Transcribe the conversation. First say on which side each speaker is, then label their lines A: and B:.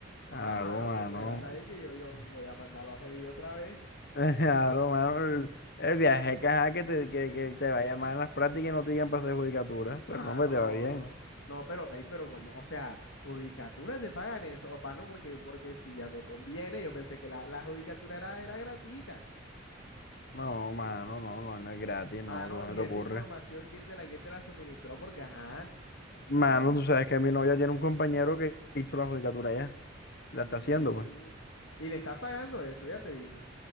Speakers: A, on the left; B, on the left.
A: Ajá,
B: Claro,
A: mano,
B: mano.
A: como verás ahí que yo, yo
B: <laughs>
A: voy a mandar los videos otra vez.
B: Claro, mano. El, el viaje que, ajá, que te, que, que te vaya mal en las prácticas y no te digan para hacer judicatura.
A: Mano,
B: Pero no, me te
A: no,
B: va bien.
A: no. No, pero, ey, pero como, o sea, judicatura te pagan eso, o no, porque, porque si ya me conviene, yo pensé que la, la judicatura era, era gratuita.
B: No, mano, no, no, no es gratis,
A: Mano,
B: no, ¿cómo
A: y
B: se te
A: esa
B: ocurre?
A: información, ¿quién te la, quién te la suministró? Porque, ajá.
B: Mano,
A: joda,
B: tú sabes que mi novia tiene un compañero que hizo la judicatura ya.
A: mm,
B: La está haciendo, pues.
A: y le están pagando eso, ya te dijo.